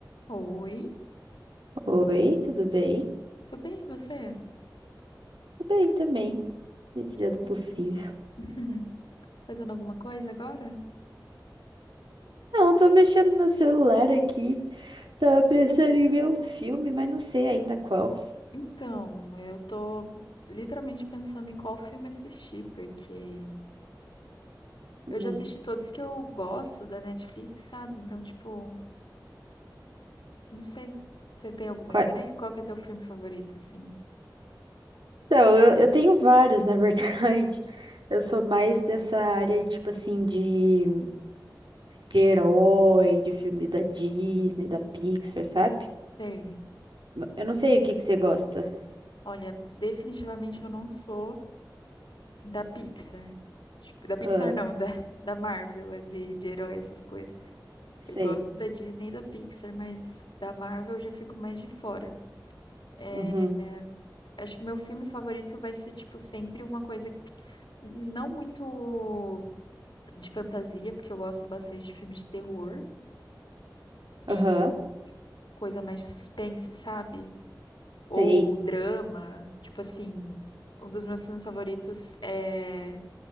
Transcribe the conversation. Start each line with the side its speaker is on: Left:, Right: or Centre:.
Left: Oi,
Right: Oi, tudo bem?
Left: tudo bem, e você?
Right: Tudo bem também, medida
Left: Que
Right: do possível.
Left: bom. <laughs> Fazendo alguma coisa agora?
Right: Não, eu tô mexendo no meu celular aqui. Tava pensando em ver um filme, mas não sei ainda qual.
Left: Então, eu tô literalmente pensando em qual filme assistir, porque
Right: Uhum.
Left: eu já assisti todos que eu gosto da Netflix, sabe? Então, tipo, não sei. Você tem alguma
Right: Qua-
Left: ideia? Qual que é teu filme favorito, assim?
Right: Então, eu, eu tenho vários, na verdade. <laughs> Eu sou mais dessa área, tipo assim, de, de herói, de filme da Disney, da Pixar, sabe?
Left: Sei.
Right: Eu não sei o que que você gosta.
Left: Olha, definitivamente eu não sou da Pixar. Tipo, da Pixar
Right: Ah,
Left: não, <laughs> da, da Marvel, é de, de herói, essas coisas.
Right: sei.
Left: Eu gosto da Disney e da Pixar, mas da Marvel eu já fico mais de fora. É,
Right: Uhum.
Left: acho que meu filme favorito vai ser, tipo, sempre uma coisa que- não muito de fantasia, porque eu gosto bastante de filme de terror e
Right: Aham.
Left: coisa mais de suspense, sabe? Ou
Right: Sei.
Left: drama, tipo assim, um dos meus filmes favoritos é